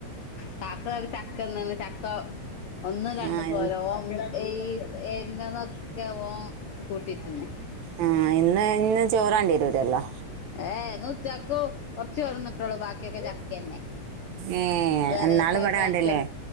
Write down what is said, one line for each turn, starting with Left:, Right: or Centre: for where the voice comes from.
Left: കാക്ക, ചക്കന്ന്, ചക്ക, ഒന്നും, രണ്ടും,
Right: ആ
Left: പോര,
Right: ഇൻ-
Left: ഓ എ എന്നന്നൊക്കെ, ഓ, കൂട്ടിട്ടന്ന്
Right: ആ, ഇന്ന്, ഇന്ന്, ചോറാണ്ടിരൂരല്ലോ
Left: ഏ, ഇന്നുച്ചാകും കൊറച്ച് വറന്നിട്ടുള്ളൂ, ബാക്കിയൊക്കെ ജാസ്തി തന്നെ.
Right: ഏ
Left: വേള
Right: എന്നാള്
Left: <unintelligible>
Right: ഇവിടെ കണ്ടില്ലേ